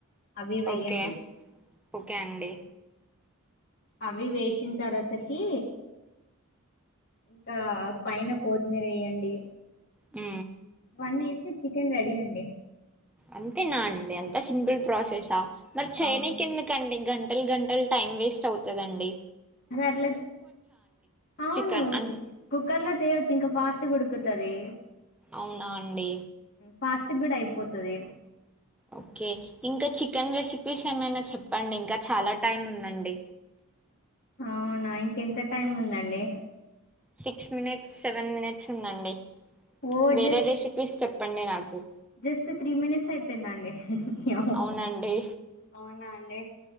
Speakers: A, on the left; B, in the centre.
A: అవి వేయండి
B: ఓకే ఓకే అండి
A: అవి వేసిన తర్వాతకి ఇంకా పైన కొతిమీర వేయండి
B: ఆ
A: వన్ వేసి చికెన్ రెడీ అండి
B: అంతేనా అండి అంత సింపుల్ ప్రాసెసా మరి చైనాకి
A: అవును
B: ఎందుకండి గంటలు గంటలు టైం వేస్ట్ అవుతందండి
A: అద అట్లా అవును
B: చికెన్ అన్
A: కుక్కర్ లో చేయవచ్చు ఇంకా ఫాస్ట్ కుడు తది
B: అవునా అండి
A: ఫాస్ట్ కూడా అయిపోతుది
B: ఓకే ఇంకా చికెన్ రెసిపీస్ ఏమైనా చెప్పండి ఇంకా చాలా టైం ఉందండి
A: అవునా ఇంకెంత టైం ఉందండి
B: సిక్స్ మినిట్స్ సెవెన్ మినిట్స్ ఉందండి
A: ఓ
B: వేరే
A: జస్ట్
B: రెసిపీస్ చెప్పండి నాకు
A: జస్ట్ త్రీ మినిట్స్ అయిపోయింద అండి అవు
B: అవునండి
A: అవునా అండి